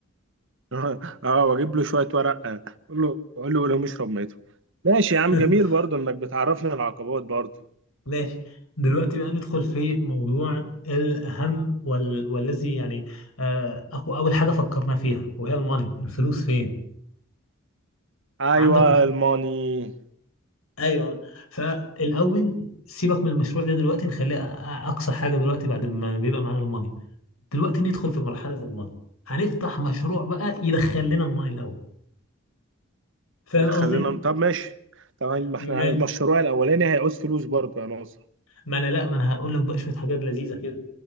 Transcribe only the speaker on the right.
<laughs> اه واجيب له شوية ورق آه، اقول له اقول له قول لهم اشرب ميته ماشي يا عم
جميل برضو انك بتعرفني العقبات برضو
ايوه
الماني
اذا
خلينا طب ماشي طبعا ما احنا
المشروع الاولاني هيعوز فلوس برضو يا ناصر